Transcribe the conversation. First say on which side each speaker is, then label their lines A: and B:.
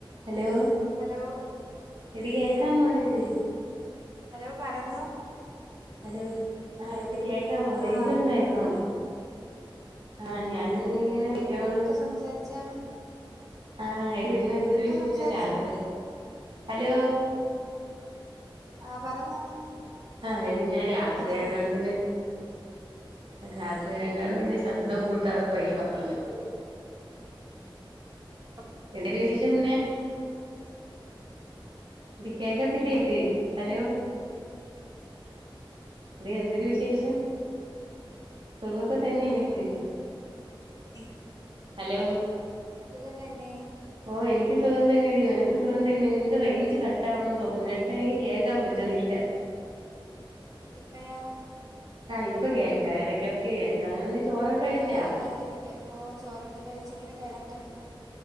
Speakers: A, on the right (about 70°); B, on the right (about 40°).
A: Hello
B: hello
A: എടി കേക്കാമോനിനക്ക്?
B: Hello പറഞ്ഞോ
A: ഹലോ ആഹ് ഇത് കേക്കാവോ റേയ്ഞ്ചൊണ്ടോ
B: ആഹ്
A: ഇപ്പൊ? ആഹ് ഞാനിന്ന് ഇങ്ങനെ വിളിക്കണോന്ന്
B: സംസാരിച്ചാ
A: ആഹ് എടി പിന്നെ എന്തെര് വിശേഷം
B: സംസാരിച്ചാണ്
A: രാത്രി ഹലോ?
B: ആഹ് പറഞ്ഞോ
A: ആഹ് എടി ഞാൻ രാത്രിയായോണ്ടാണ്
B: ഹലോ
A: പിന്നെ രാത്രി ആയോണ്ടാണ് പിന്നെ ശബ്ദം കൂട്ടാതെ പയ്യെ പറഞ്ഞത്
B: ആ
A: എന്തെര് വിശേഷം പിന്നെ? എടി കേക്കത്തില്ലേ നിനക്ക് ഹലോ? എടി എന്തെര് വിശേഷം? സുഖൊക്കെ തന്നേ നിനക്ക്?
B: ഏഹ്
A: ഹലോ
B: സുഖം തന്നെ
A: ഓഹ് എനിക്ക് സുഖം തന്നെയെടി നിനക്ക് സുഖം തന്നെയാ നിന്റെ റേഞ്ച് കട്ടാവ്ണ്ന്ന് തോനുന്നു കേട്ടാ എനിക്ക് കേക്കാൻ പറ്റണില്ലാ.
B: <unintelligible>
A: ആഹ് ഇപ്പ കേക്കാം എടക്കെടക്ക് കേ ക്കാം അങ്ങനെ നീ ചോറൊക്കെ കഴിച്ചാ
B: ആഹ് അനങ്ങാതിരിക്കാ ഓഹ് ചോറൊക്കെ കഴിച്ച്ങ്ങനെ കെടക്കണ്